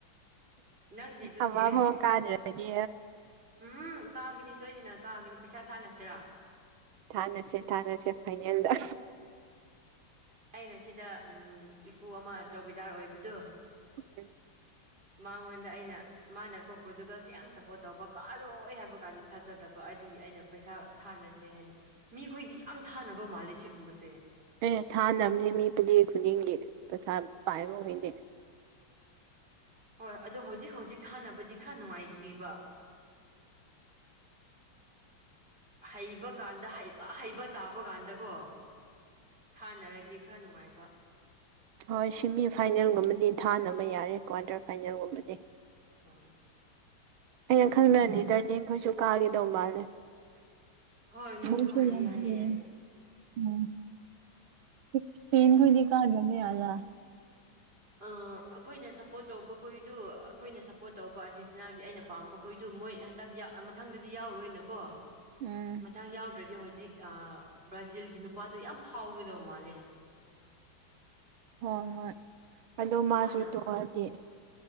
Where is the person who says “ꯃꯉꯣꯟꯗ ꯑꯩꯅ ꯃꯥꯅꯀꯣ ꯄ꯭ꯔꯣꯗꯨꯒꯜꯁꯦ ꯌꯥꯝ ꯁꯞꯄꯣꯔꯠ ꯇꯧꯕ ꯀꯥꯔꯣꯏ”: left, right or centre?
Right